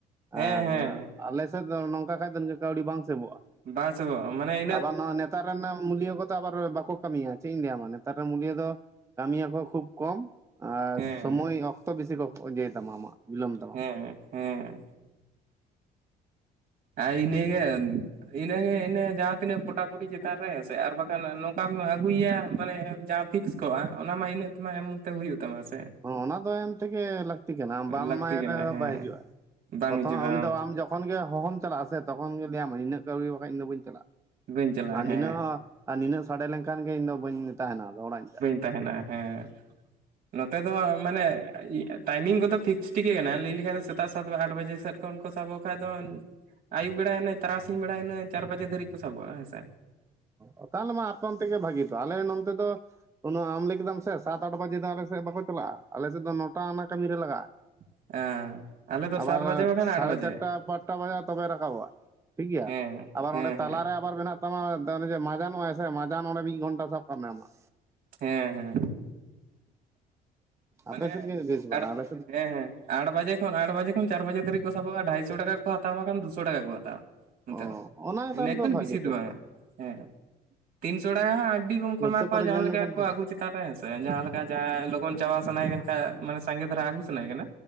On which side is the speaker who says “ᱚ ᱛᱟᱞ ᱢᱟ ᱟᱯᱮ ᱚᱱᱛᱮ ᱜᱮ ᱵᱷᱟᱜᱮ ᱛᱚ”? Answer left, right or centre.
Right